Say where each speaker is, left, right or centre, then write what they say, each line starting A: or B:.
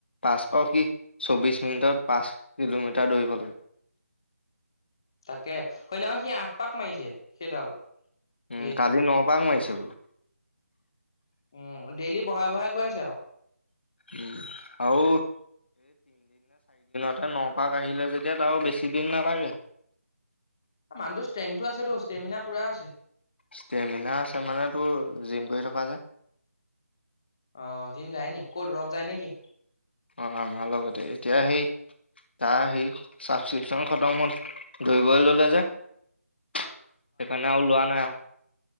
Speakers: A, on the left; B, on the left.
A: পাচ সি চৌবিশ মিনিটত পাচ কিলোমিটাৰ দৌৰিব লাগে।
B: তাকে হয়নাহয় সি আঠ পাক মাৰিছে সেইডাল হেৰিখন
A: উম, কালি নপাক মাৰিছে বোলো।
B: উম, ডেইলি ব়াই বঢ়াই গৈ আছে আৰু।
A: উম আৰু তাতে নপাক আহিলে যেতিয়া তাৰো বেছি দিন নালাগে।
B: মানুহৰ ষ্ট্ৰেংটো আছে তো ষ্টেমিনা পুৰা আছে।
A: ষ্টেমিনা আছে মানে তোৰ জিম কৰি থকা যে
B: অ, জিম যায় নি ক'ত ৰদ যায় নেকি?
A: অ, আমাৰ লগতে এতিয়া সেই তাৰ সেই ছাবস্ক্ৰিপশচন খতম হ'ল ধৰিবই ললে যে সেইকাৰণে অ, উলোৱা নাই।